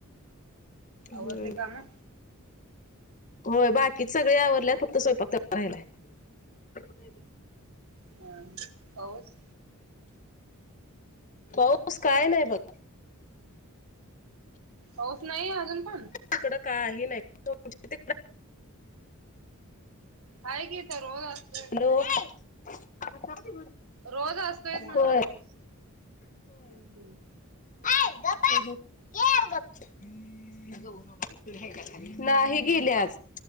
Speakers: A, on the left; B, on the right.
A: हम्म
B: आवरली काम?
A: होय. बाकीच सगळे आवरडल्यात. फक्त स्वयंपाक तेवढा राहिलाय. <unintelligible>
B: हं. पाऊस?
A: पाऊस काय नाही बघ.
B: पाऊस नाही अजून पण?
A: इकडं काही नाही. <unintelligible>
B: हाये की इथं रोज असतोया
A: हॅलो
B: पाऊस.
A: <unintelligible>
B: रोज असतोयच म्हणल
A: होय
B: पाऊस. हं. हं.
A: ए गप बस. <unintelligible> नाही गेले आज.